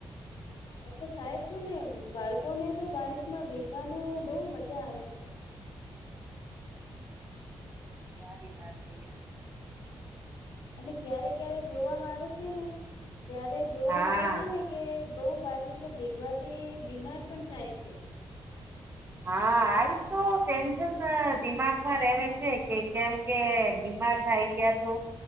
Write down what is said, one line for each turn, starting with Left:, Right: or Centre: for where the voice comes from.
Left: હા તો થાય છે ને, બાળકોને તો બારિશમાં ભીગવાનું બહુ મજા આવે છે.
Right: સારી વાત છે
Left: અને ક્યારે ક્યારે જોવામાં આવે છે ને, ક્યારે જોવામાં
Right: હા
Left: આવે છે ને કે બહુ બારીશમાં ભીગવાથી બીમાર પણ થાય છે.
Right: હા આતુ બહુ ટેન્શન દિમાગમાં રહે છે કે, કેમ કે બીમાર થાય ગયા તો